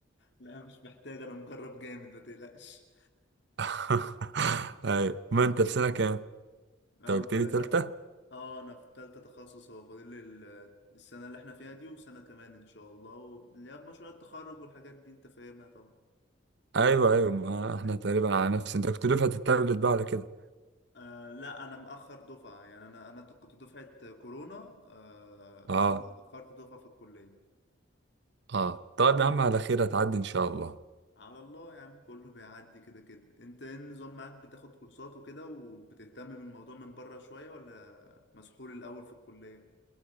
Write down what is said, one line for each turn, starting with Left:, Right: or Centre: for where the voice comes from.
Left: لا مش محتاج انا مجرب جامد ما تقلقش
Right: <laughs> أيوة ما أنت في سنة كام؟
Left: أه،
Right: أنت قلت
Left: قلت
Right: لي
Left: لك
Right: تالتة؟
Left: اه انا في تالتة تخصص هو فاضل لي ال- السنة اللي احنا فيها دي وسنة كمان ان شاء الله واللي هي مشروع التخرج والحاجات دي انت فاهمها طبعا
Right: أيوه أيوه ما إحنا تقريبا على نفس أنت كنت دفعة التابلت بقى على كده
Left: آه لا انا مأخر دفعة يعني انا انا كنت دفعة كورونا آه بس
Right: اه
Left: انا اتأخرت دفعة في الكلية
Right: اه طيب يا عم على خير هتعدي ان شاء الله
Left: على الله يا عم كله بيعدي كده كده انت ايه النظام معاك بتاخد كورسات وكده وبتهتم بالموضوع من بره شوية ولا مسحول الاول في الكلية